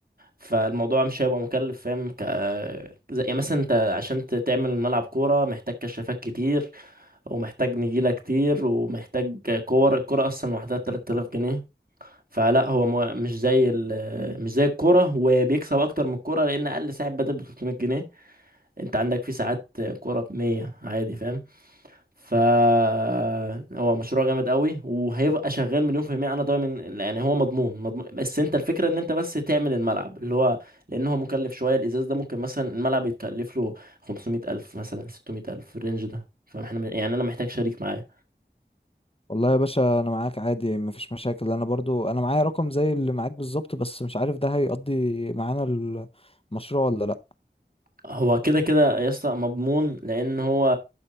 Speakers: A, on the right; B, on the left.
A: فالموضوع مش هيبقى مكلف فاهم ك زي يعني مثلا انت عشان ت- تعمل ملعب كورة محتاج كشافات كتير ومحتاج نجيلة كتير ومحتاج كور الكورة أصلا لوحدها 3000 جنيه فلا هو مو... مش زي ال... مش زي الكورة وبيكسب أكتر من الكورة لأن أقل ساعة بدل ب 300 جنيه أنت عندك في ساعات كورة ب 100 عادي فاهم فهو مشروع جامد قوي وهيبقى شغال مليون في المية انا ضامن يعني هو مضمون مضمون بس انت الفكرة ان انت بس تعمل الملعب اللي هو لان هو مكلف شوية الازاز ده ممكن مثلا الملعب يتكلف له 500 الف مثلا 600 الف الرينج ده فاحنا يعني انا محتاج شريك معايا
B: والله يا باشا انا معاك عادي مفيش مشاكل انا برضو انا معايا رقم زي اللي معاك بالظبط بس مش عارف ده هيقضي معانا المشروع ولا لا
A: هو كده كده يا اسطى مضمون لان هو